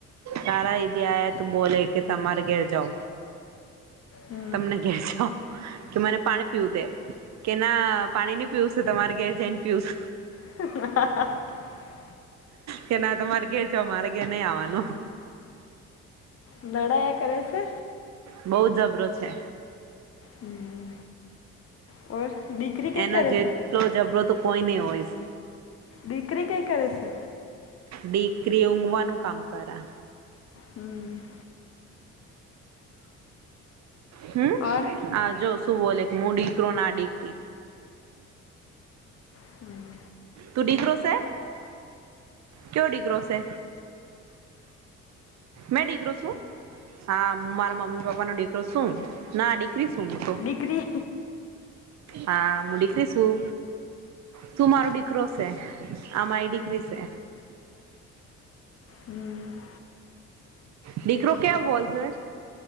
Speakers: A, on the right; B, on the left.
A: તારા ઇદયત બોલે કે તમારે ઘેર જાઓ
B: હમ
A: તમને કે છો કે મને પાણી પીવું દે કે ના પાણી નહી પીવું છે તમારે કે જને પીવું છ
B: <inaudible>
A: કે ના તમારે ઘેર છો મારે ઘેર નઈ આવાનું
B: નડાયા કરે છે
A: બહુ જબરો છે
B: હમ ઓર દીકરી કંઈ
A: એનો
B: કરે
A: જેટલો
B: છે
A: જબરો તો કોઈ ની હોય
B: દીકરી કઈ કરેશે
A: દીકરી ઊઘવાનું કામ કરા
B: હમ
A: હમ
B: ઓર
A: આ જો શું બોલે હું દીકરો ના દીકરી
B: હમ
A: તું દીકરો છે કયો ડિગરો છે મે ડિગરો શું હા મારા મમ્મી પપ્પા નો દીકરો શું ના દીકરી શ તો
B: દીકરી
A: હા હું ડિકરી શું તું મારો ડીકરો છે આ મારી ડીકરી છે
B: હમ
A: ડીકરો ક્યાં બોલશે?